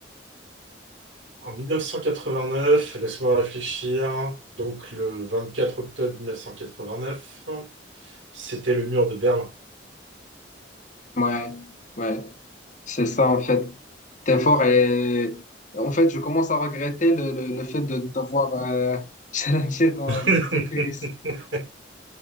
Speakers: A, on the right; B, on the left.
A: En 1989, laisse-moi réfléchir. Donc, le 24 octobre 1989, c'était le mur de Berlin.
B: Ouais, ouais, c'est ça en fait. T'es fort et en fait, je commence à regretter le, le, le fait de d'avoir euh, <laughs> challengé dans,
A: <laughs>
B: dans ce quiz.